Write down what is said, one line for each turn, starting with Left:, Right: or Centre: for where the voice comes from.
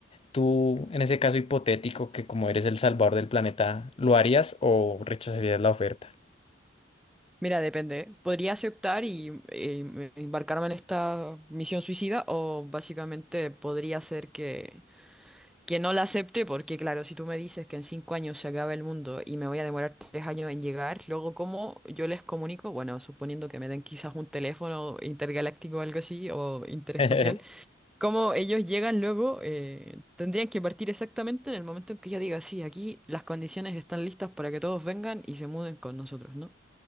Left: Tú, en ese caso hipotético, que como eres el salvador del planeta, ¿lo harías o rechazarías la oferta?
Centre: Mira, depende. ¿eh? Podría aceptar y, eh, em- embarcarme en esta misión suicida o básicamente podría ser que, que no la acepte porque claro, si tú me dices que en cinco años se acaba el mundo y me voy a demorar tres años en llegar, luego ¿cómo yo les comunico? Bueno, suponiendo que me den quizás un teléfono intergaláctico o algo así o interespacial,
Left: <laughs>
Centre: ¿cómo ellos llegan luego? Eh, tendrían que partir exactamente en el momento en que yo diga, sí, aquí las condiciones están listas para que todos vengan y se muden con nosotros, ¿no?